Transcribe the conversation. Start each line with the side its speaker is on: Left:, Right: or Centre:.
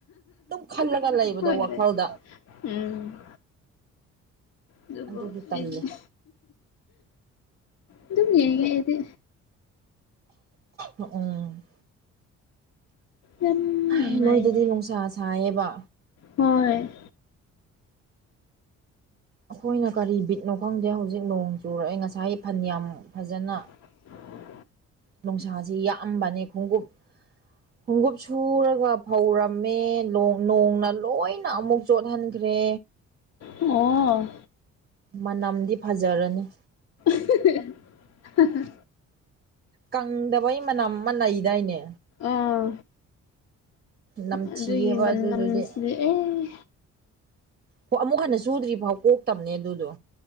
Right: ꯑꯗꯨꯝ ꯈꯜꯂꯒ ꯂꯩꯕꯗꯣ
Left: ꯍꯣꯏ
Right: ꯋꯥꯈꯜꯗ
Left: ꯍꯣꯏ ꯎꯝ ꯑꯗꯨꯕꯨ
Right: ꯑꯗꯨꯒꯤ ꯇꯜꯂꯦ
Left: ꯑꯩꯗꯤ ꯑꯗꯨꯝ ꯌꯦꯡꯉꯦ ꯑꯩꯗꯤ
Right: ꯎꯝ
Left: ꯌꯥꯝ
Right: ꯍꯥꯢ
Left: ꯅꯨꯡꯉꯥꯏꯌꯦ
Right: ꯅꯣꯏꯗꯗꯤ ꯅꯨꯡꯁꯥ ꯁꯥꯌꯦꯕ
Left: ꯍꯣꯏ....
Right: ꯑꯩꯈꯣꯏꯅ ꯀꯔꯤ ꯕꯤꯠꯅꯣ ꯈꯪꯗꯦ ꯍꯧꯖꯤꯛ ꯅꯣꯡ ꯆꯨꯔꯛꯑꯦ ꯉꯁꯥꯏ ꯐꯟꯅꯌꯥꯝ ꯐꯖꯅ
Left: <unintelligible>
Right: ꯅꯨꯡꯁꯥꯁꯤ ꯌꯥꯑꯝꯕꯅꯤ ꯈꯣꯡꯎꯞ ꯈꯣꯡꯎꯞ ꯁꯨꯔꯒ ꯐꯧꯔꯝꯃꯦ ꯅꯣꯡ ꯅꯣꯡꯅ ꯂꯣꯏꯅ ꯑꯃꯨꯛ ꯆꯣꯠꯍꯟꯈ꯭ꯔꯦ
Left: ꯑꯣ.....
Right: ꯃꯅꯝꯗꯤ ꯐꯖꯔꯅꯤ
Left: ꯍꯤꯍꯤ....... ꯍꯥꯍꯥ
Right: ꯀꯪꯗꯕꯩ ꯃꯅꯝ ꯑꯃ ꯂꯩꯗꯥꯏꯅꯦ
Left: ꯑꯥ.....
Right: ꯅꯝꯊꯤꯑꯕ
Left: ꯑꯗꯨꯒꯤ ꯃꯅꯝꯁꯤꯗꯤ
Right: ꯑꯗꯨꯗꯨꯗꯤ
Left: ꯑꯦ
Right: ꯍꯣ ꯑꯃꯨꯛ ꯍꯟꯅ ꯁꯨꯗ꯭ꯔꯤꯐꯥꯎ ꯀꯣꯛꯇꯕꯅꯦ ꯑꯗꯨꯗꯣ